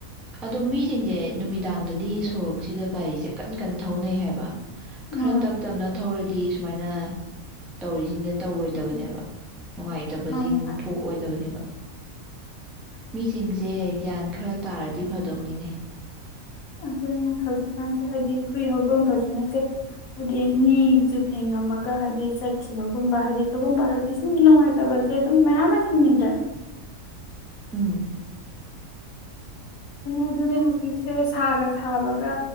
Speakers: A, in the centre; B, on the left.
A: ꯑꯗꯣ ꯃꯤꯁꯤꯡꯁꯦ ꯅꯨꯃꯤꯗꯥꯡꯗꯗꯤ ꯁꯣꯔꯣꯛꯁꯤꯗ ꯒꯥꯔꯤꯁꯦ ꯀꯟ ꯀꯟꯅ ꯊꯧꯅꯩ ꯍꯥꯏꯕ
B: ꯎꯝ
A: ꯈꯔ ꯇꯞ ꯇꯞꯅ ꯊꯧꯔꯗꯤ ꯗꯤ ꯁꯨꯃꯥꯏꯅ ꯇꯧꯔꯤꯁꯤꯡꯁꯦ ꯇꯧꯔꯣꯏꯗꯕꯅꯦꯕ ꯅꯨꯡꯉꯥꯏꯇꯕꯁꯤꯡ
B: ꯃꯥꯅꯤ ꯃꯥꯅꯤ
A: ꯊꯣꯛꯑꯣꯏꯗꯕꯅꯦꯕ ꯃꯤꯁꯤꯡꯁꯦ ꯒ꯭ꯌꯥꯟ ꯈꯔ ꯇꯥꯔꯗꯤ ꯐꯗꯧꯅꯤꯅꯦ
B: ꯑꯗꯨ ꯍꯧꯖꯤꯛꯀꯥꯟꯁꯦ ꯍꯥꯏꯗꯤ ꯍꯨꯏ ꯍꯧꯗꯣꯡꯄꯁꯤꯅꯁꯦ ꯍꯥꯏꯗꯤ ꯃꯤꯁꯨ ꯊꯦꯡꯉꯝꯃꯒ ꯍꯥꯏꯗꯤ ꯆꯠꯈꯤꯕꯒꯨꯝꯕ ꯍꯥꯏꯕꯗꯤ ꯁꯒꯨꯝꯕ ꯍꯥꯏꯗꯤ ꯁꯨꯝ ꯅꯨꯡꯉꯥꯏꯇꯕꯁꯦ ꯑꯗꯨꯝ ꯃꯌꯥꯝ ꯑꯃ ꯊꯤꯡꯅꯤꯡꯗ꯭ꯔꯦꯅ
A: ꯎꯝ
B: ꯑꯗꯨꯅꯦ ꯍꯧꯖꯤꯛꯁꯦ ꯁꯥꯒ ꯁꯥꯕꯒ